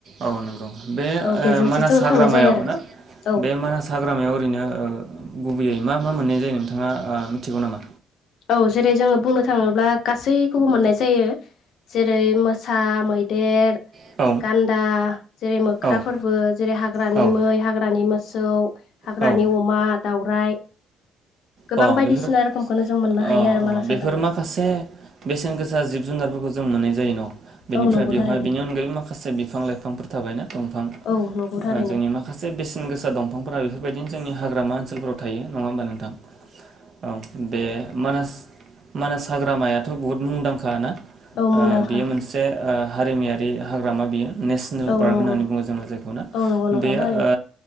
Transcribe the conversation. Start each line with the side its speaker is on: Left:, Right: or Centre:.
Right: औ नंगौ बे ओ
Left: औ बेजोंसो
Right: मानास
Left: जों
Right: हाग्रामायाव
Left: थांनाय जायो आरो
Right: ना
Left: औ
Right: बे मानास हाग्रामायाव ओरैनो ओ गुबैयै मा मा मोनाय जे नोंथाङा ओ मिथिगौ नामा?
Left: औ जेरै जोङो बुंनो थाङोब्ला गासैखौबो मोननाय जायो। जेरै मोसा मैदेर
Right: औ
Left: गान्दा जेरै मोख्रा
Right: औ
Left: फोरबो जेरै हाग्रानि
Right: औ
Left: मै हाग्रानि मोसौ हाग्रानि
Right: औ
Left: अमा दावराइ गोबां
Right: अ
Left: बायदिसिना
Right: बेफोर
Left: रोखोमखौनो जों मोननो
Right: अ
Left: हायो आरो मानास
Right: बेफोर
Left: हाग्रामायाव
Right: माखासे बेसेन गोसा जिब जुनारफोरखौ जों मोननाय जाय न' बेनिफ्राय
Left: औ नंगौ
Right: बेवहाय
Left: थारैनो
Right: बेनि अनगायैबो माखासे बिफां लाइफां थाबायना दंफां
Left: औ नंगौ थारैनो
Right: आं जोंनि माखासे बेसेन गोसा दंफांफोरा बेफोरबायदि जोंनि हाग्रा ओनसोलाफोराव थायो नङा होमब नोंथां औ बे मानास मानास हाग्रामाया बुहुत मुंदांखा ना
Left: औ मुंदांखा
Right: बियो मोनसे हारिमायारि हाग्रामा बियो नेसनेल
Left: औ
Right: पार्क
Left: नंगौ
Right: होननानै बुङो जोङो जायखौना
Left: औ नंगौ नोंथां
Right: बेयो
Left: थारैनो
Right: ओ